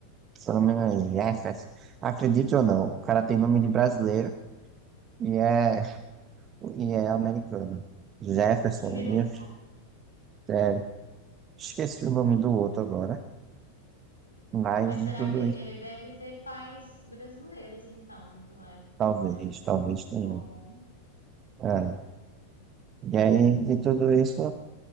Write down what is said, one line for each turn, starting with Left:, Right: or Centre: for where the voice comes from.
Right: se eu não me engano, Jeffers, acredite ou não, o cara tem nome de brasileiro e é, <laughs> e é americano. Jefferson,
Left: que engraçado.
Right: Jeff- é, esqueci o nome
Left: Que
Right: do outro agora, mas
Left: Mas
Right: de
Left: será
Right: tudo
Left: que ele deve ter pais brasileiros, então? Não é,
Right: Talvez,
Left: não é muito
Right: talvez tenha.
Left: comum.
Right: É. E aí, de tudo isso,